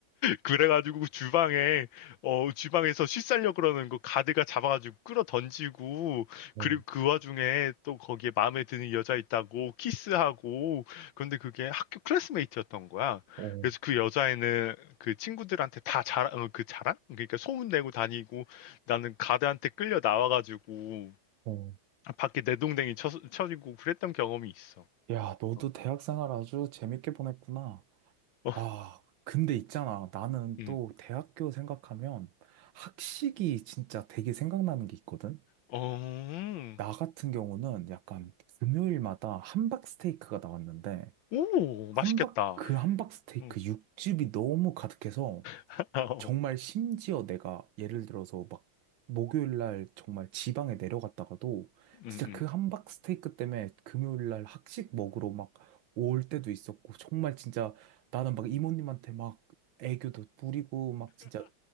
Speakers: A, on the left; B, on the right.
A: 그래가지고 주방에 어 주방에서 씻살려 그러는 거 가드가 잡아가지고 끌어 던지고
B: 어,
A: 그리고 그 와중에 또 거기에 마음에 드는 여자 있다고 키스하고 그런데 그게 학교 클래스메이트였던 거야.
B: 어,
A: 그래서 그 여자애는 그 친구들한테 다 자랑 어, 그 자랑 그러니까 소문 내고 다니고 나는 가드한테 끌려 나와가지고
B: 어.
A: 밖에 내동댕이 쳐, 쳐지고 그랬던 경험이 있어.
B: 야, 너도
A: 어.
B: 대학 생활 아주 재밌게 보냈구나.
A: 어,
B: 아, 근데 있잖아. 나는
A: 음.
B: 또 대학교 생각하면 학식이 진짜 되게 생각나는 게 있거든?
A: 어, 음.
B: 나 같은 경우는 약간 금요일마다 함박 스테이크가 나왔는데,
A: 오,
B: 함박,
A: 맛있겠다.
B: 그 함박 스테이크
A: 음.
B: 육즙이 너무 가득해서
A: <laughs> 어,
B: 정말 심지어 내가 예를 들어서 막 목요일 날 정말 지방에 내려갔다가도
A: 음,
B: 진짜
A: 음.
B: 그 함박 스테이크 때문에 금요일 날 학식 먹으러 막 올 때도 있었고 정말 진짜 나는 막 이모님한테 막 애교도 부리고 막 진짜